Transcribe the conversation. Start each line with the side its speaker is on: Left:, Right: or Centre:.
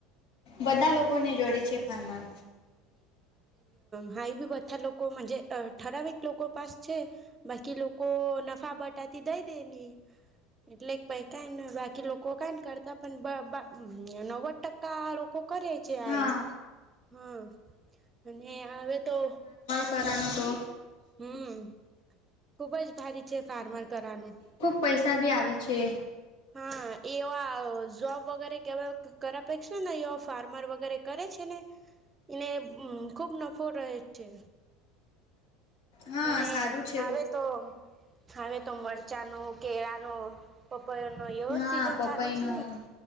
Left: બધા લોકો ને જોડે છે ફારમન
Right: હાઈ બી બધા લોકોજ ઠરાવિક લોકો પાસ છે બાકી લોકો નફા બટાતી દઈ દે ને એટલે પૈ કઈ બાકી લોક લોકો કઈ ન કરતા પણ બ બા નવ્વદ ટકા લોકો કર્યા છે
Left: હા
Right: આ હા અને હ તો
Left: કરનું તો
Right: હમ ખુબ જ ભારી છે ફાર્મર કરવાનું
Left: ખુબ પૈસા બી આવે છે.
Right: હા એવા જોબ વગેરે કેવા કર પે છે ને ઓફ ફાર્મર વગેરે કરે છે ને એને ખુબ નફો રહે છે.
Left: હા
Right: અને
Left: સારું છે
Right: આવે તો આવે તો મરચાંનો કેળાનો પપૈયાનો એવો
Left: હા
Right: સીઝન
Left: પપઈનું
Right: ચાલે છે ને